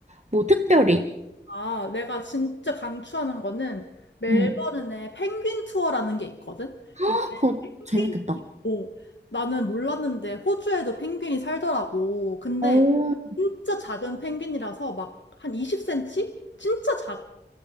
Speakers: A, on the right; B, on the left.
A: 뭐 특별히.
B: 아, 내가 진짜 강추하는 거는 멜버른에
A: 응.
B: 펭귄 투어라는 게 있거든?
A: 아,
B: 이게
A: 그거
B: 펭귄이
A: 재밌겠다.
B: 있고 나는 몰랐는데 호주에도 펭귄이 살더라고. 근데
A: 어,
B: 진짜 작은 펭귄이라서 막 한 20cm? 진짜 작아.